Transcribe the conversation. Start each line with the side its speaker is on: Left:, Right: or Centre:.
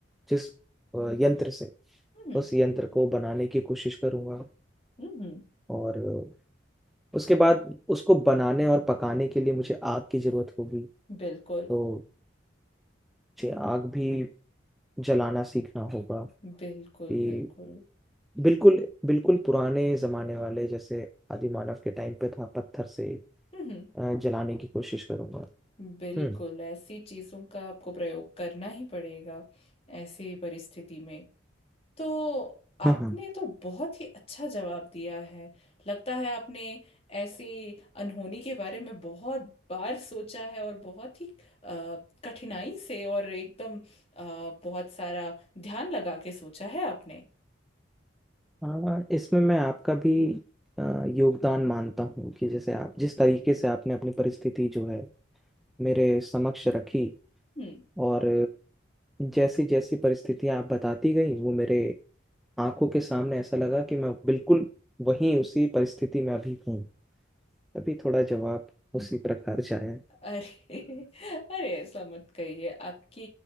Centre: जिस अ, यंत्र से
Left: हम्म
Centre: उस यंत्र को बनाने की कोशिश करूंगा
Left: हम्म
Centre: और अ, उसके बाद उसको बनाने और पकाने के लिए मुझे आग की जरूरत होगी
Left: बिल्कुल
Centre: तो मुझे आग भी जलाना सीखना होगा
Left: बिल्कुल
Centre: कि
Left: बिल्कुल
Centre: बिल्कुल बिल्कुल पुराने जमाने वाले जैसे आदि मानव के टाइम पे था पत्थर से
Left: हम्म
Centre: अ, जलाने की कोशिश करूंगा
Left: बिल्कुल
Centre: हम्म
Left: ऐसी चीजों का आपको प्रयोग करना ही पड़ेगा ऐसी परिस्थिति में तो आपने
Centre: हाँ हाँ
Left: तो बहुत ही अच्छा जवाब दिया है लगता है आपने ऐसी अनहोनी के बारे में बहुत बार सोचा है और बहुत ही अ, कठिनाई से और एकदम अ, बहुत सारा ध्यान लगा के सोचा है आपने
Centre: हाँ, इसमें मैं आपका भी अ, योगदान मानता हूँ कि जैसे आप जिस तरीके से आपने अपनी परिस्थिति जो है मेरे समक्ष रखी
Left: हम्म
Centre: और जैसी जैसी परिस्थितियाँ आप बताती गई वो मेरे आंखों के सामने ऐसा लगा कि मैं बिल्कुल वहीं उसी परिस्थिति में अभी हूँ तभी थोड़ा जवाब उसी प्रकार से आया
Left: अरे <laughs> अरे ऐसा मत कहिए आपकी